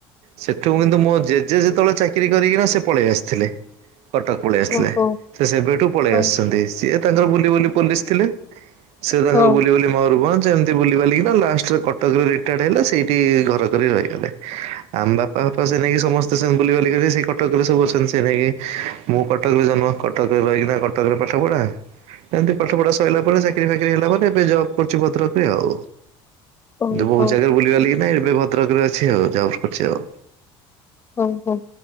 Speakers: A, on the right; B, on the left.
A: ସେଠୁ କିନ୍ତୁ ମୋ ଜେଜେ ଯେତେବେଳେ ଚାକିରି କରିକିନା ସେ ପଳେଇ ଆସିଥିଲେ। କଟକ ପଳେଇ ଆସିଲଥିଲେ।
B: ଓହୋ
A: ସେ ସେବେଠୁ ପଳେଇ
B: ହଁ
A: ଆସିଛନ୍ତି। ସିଏ ତାଙ୍କର ବୁଲିବୁଲି ପୋଲିସ ଥିଲେ। ସେ ତାଙ୍କର
B: ହଁ।
A: ବୁଲିବୁଲି ମୟୁରଭଞ୍ଜ ଏମିତି ବୁଲିିବାଲିକି ଲାଷ୍ଟ କଟକରେ ରିଟାଡ ହେଲେ ସେଇଠି ଘର କରି ରହିଗଲେ। ଆମ ବାପା ଫାପା ସେ ନେଇକି ସମସ୍ତେ ସେ କଟକରେ ସବୁ ଅଛନ୍ତି ସେ ନେଇକି ମୁଁ କଟକରେ ଜନ୍ମ, କଟକରେ ରହିକିନା କଟକରେ ପାଠପଢା। ଏମତି ପାଠପଢା ସଇଲା ପରେ ଚାକିରି ଫାକିରି ହେଲା ପରେ ଏବେ ଜବ୍ କରୁଛି ଭଦ୍ରକରେ ଆଉ।
B: ଓହୋ
A: ବହୁତ ଜାଗାରେ ବୁଲିବାଲି କି ନାଇଁକିନା ଏବେ ଭଦ୍ରକରେ ଅଛି। ଆଉ ଜବ କରୁଛି ଆଉ।
B: ହଉ ହଉ।